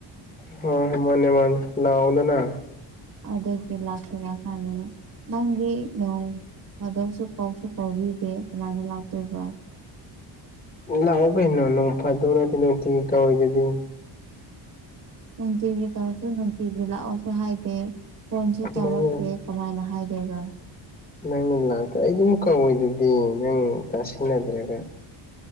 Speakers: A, on the left; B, on the right.
A: ꯍ ꯍꯦ ꯃꯥꯅꯦꯃꯅꯤ ꯂꯑꯣꯗꯅ
B: ꯑꯗꯨꯗ ꯐ ꯂꯥꯛꯁꯤꯔ ꯈꯅꯦ ꯅꯪꯗꯤ ꯅ ꯑꯗꯨꯗꯧꯁꯨ ꯀꯥꯎꯁꯨ ꯀꯥꯎꯕꯤꯗꯦ ꯀꯃꯥꯏꯅ ꯂꯥꯛꯇꯣꯏꯕ
A: ꯂꯥꯛꯑꯣ ꯀꯩꯅꯣ ꯅꯣꯡ ꯐꯥꯗꯧꯅꯗꯤ ꯅꯨꯡꯇꯤꯒꯤ ꯀꯧꯋꯏꯗꯨꯗꯤ
B: ꯅꯨꯡꯇꯒꯤꯦ ꯇꯧꯁꯨꯣ ꯅꯅꯨꯡꯇꯤꯒ ꯂꯁꯨ ꯍꯥꯏꯗꯦ ꯐꯣꯟꯁꯨ
A: ꯀꯃꯥꯏꯅ
B: ꯇꯧꯔꯀꯦ ꯀꯃꯥꯏꯅ ꯍꯥꯏꯗꯣꯏꯕ
A: ꯅꯪꯅ ꯂꯥꯛꯇ꯭ꯔꯥ ꯑꯩ ꯑꯗꯨꯝ ꯀꯧꯋꯦꯗꯨꯗꯤ ꯅꯪ ꯇꯥꯁꯤꯟꯅꯗ꯭ꯔꯒ